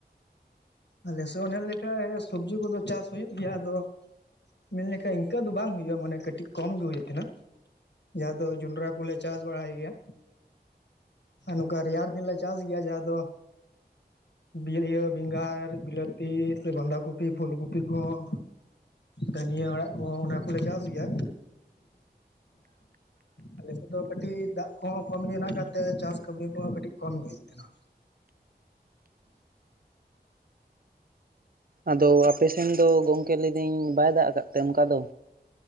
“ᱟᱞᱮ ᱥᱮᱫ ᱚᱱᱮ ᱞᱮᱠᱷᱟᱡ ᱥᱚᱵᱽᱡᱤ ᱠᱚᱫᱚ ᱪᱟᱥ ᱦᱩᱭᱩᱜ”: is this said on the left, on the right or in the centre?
Left